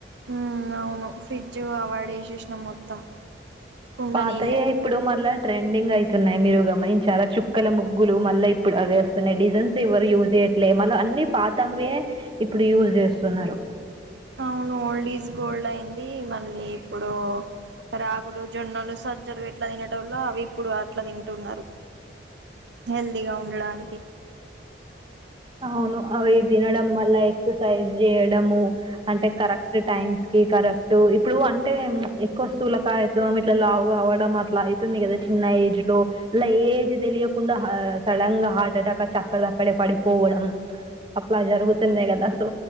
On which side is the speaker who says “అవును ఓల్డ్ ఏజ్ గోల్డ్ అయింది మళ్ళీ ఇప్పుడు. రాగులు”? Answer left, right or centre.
Right